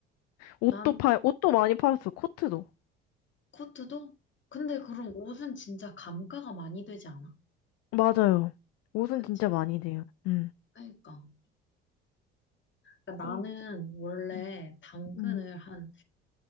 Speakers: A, on the left; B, on the left.
A: 옷도
B: 난
A: 팔, 옷도 많이 팔았어. 코트도.
B: 코트도? 근데 그럼 옷은 진짜 감가가 많이 되지 않아?
A: 맞아요. 옷은
B: 그치?
A: 진짜 많이 돼요. 음.
B: 그러니까. 그러니까 나는
A: 응
B: 원래
A: 응
B: 당근을
A: 음.
B: 한,